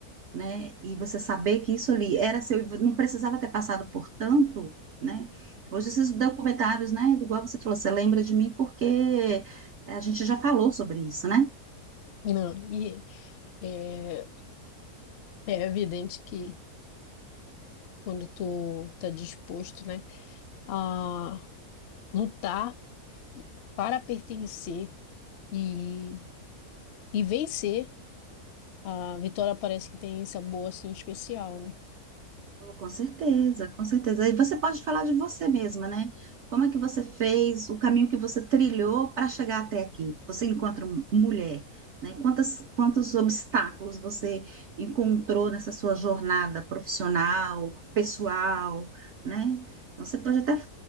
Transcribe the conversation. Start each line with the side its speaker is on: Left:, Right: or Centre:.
Right: né? E você saber que isso ali era seu, não precisava ter passado por tanto, né? Hoje esses documentários, né? Igual você falou, você lembra de mim porque a gente já falou sobre isso, né?
Left: E Não, e é, é evidente que quando tu tá disposto, né, a lutar para pertencer e, e vencer, a vitória parece que tem sabor assim especial, né?
Right: Oh, Com certeza, com certeza. E você pode falar de você mesma, né? Como é que você fez, o caminho que você trilhou para chegar até aqui? Você encontra m- mulher, né? Quantas, quantos obstáculos você encontrou nessa sua jornada profissional, pessoal, né? Então, você pode até